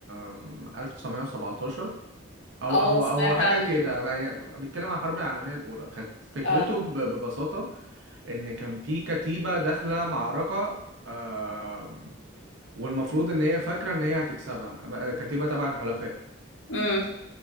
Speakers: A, on the right; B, on the left.
A: آم، 1917
B: <laughs>
A: هو
B: اه
A: هو
B: سمعت
A: هو حاجة
B: عنه
A: كده بي- بيتكلم عن الحرب العالمية الأولى كانت فكرته
B: اه
A: ب- ببساطة إن كان في كتيبة داخلة معركة آم، والمفروض إن هي فاكرة إن هي هتكسبها آه، كتيبة تبع الحلفاء
B: امم